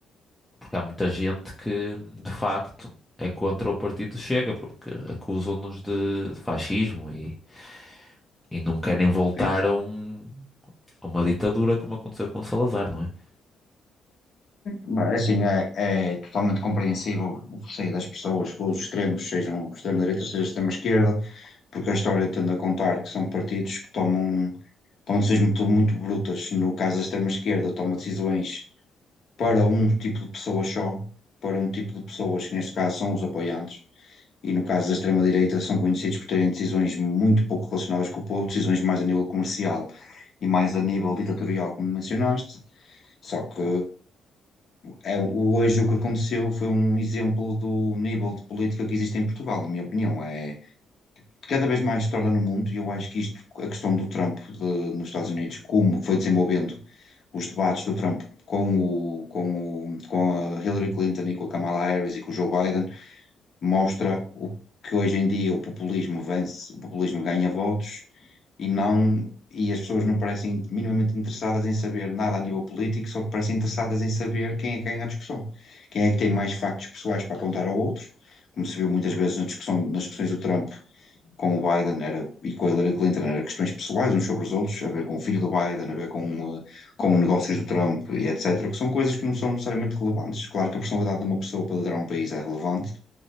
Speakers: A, in the centre; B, on the left.
A: Porque há muita gente que, de facto, é contra o partido Chega, porque acusam-nos de de fascismo e. E não querem voltar
B: sim.
A: a, um- a uma ditadura como aconteceu com o Salazar, não é?
B: Mas, é assim, é, é totalmente compreensível o receio das pessoas, que os extremos sejam extrema-direita, seja extrema-esquerda, porque a história tende a contar que são partidos que tomam, tomam decisões muito, muito brutas. No caso, a extrema-esquerda toma decisões para um tipo de pessoas só, para um tipo de pessoas que, neste caso, são os apoiantes. E no caso da extrema-direita, são conhecidos por terem decisões muito pouco relacionadas com o povo, decisões mais a nível comercial e mais a nível ditatorial, como mencionaste. Só que eh, é, hoje o que aconteceu foi um exemplo do nível de política que existe em Portugal, na minha opinião. É, cada vez mais se torna no mundo, e eu acho que isto, a questão do Trump de- nos Estados Unidos, como foi desenvolvendo os debates do Trump com o, com o, com a Hillary Clinton e com a Kamala Harris e com o Joe Biden, mostra o que hoje em dia o populismo vence, o populismo ganha votos e não, e as pessoas não parecem minimamente interessadas em saber nada a nível político, só que parecem interessadas em saber quem é que ganha a discussão, quem é que tem mais factos pessoais para apontar ao outro. Como se viu muitas vezes na discussão, nas discussões do Trump, com o Biden era, e com a Hillary Clinton eram questões pessoais uns sobre os outros, a ver com o filho do Biden, a ver com, eh, com negócios do Trump e etc., que são coisas que não são necessariamente relevantes. Claro que a personalidade de uma pessoa para liderar um país é relevante,